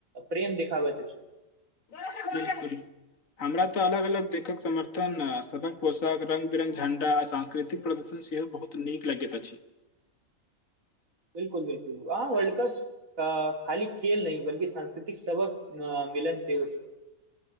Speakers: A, on the right; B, on the left.
A: प्रेम देखाबैत छै
B: <inaudible> हमरा ते अलग अलग देखक समर्थन सदक पोषक रंग बिरंग झंडा सांस्कृतिक प्रदर्शन सेहो बहुत नीक लगेत अछि
A: बिल्कुल बिल्कुल हाँ वर्ल्ड कप खाली खेल नय बल्कि सांस्कृतिक सबक अ मिलन सेहो छै